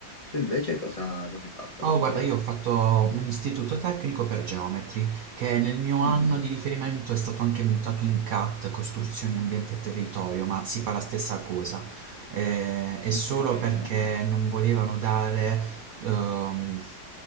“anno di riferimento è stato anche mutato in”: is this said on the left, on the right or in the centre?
Right